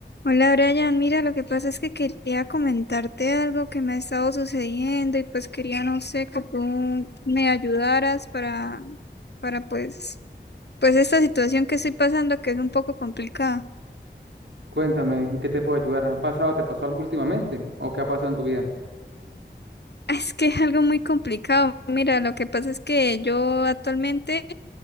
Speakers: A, on the left; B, on the right.
A: Hola Brian, mira, lo que pasa es que quería comentarte algo que me ha estado sucediendo y pues quería, no sé, que tú me ayudaras para, para pues, pues esta situación que estoy pasando que es un poco complicada.
B: Cuéntame, ¿en qué te puedo ayudar? ¿Ha pasado, te pasó algo últimamente? ¿O qué ha pasado en tu vida?
A: <laughs> Es que es algo muy complicado. Mira, lo que pasa es que yo actualmente,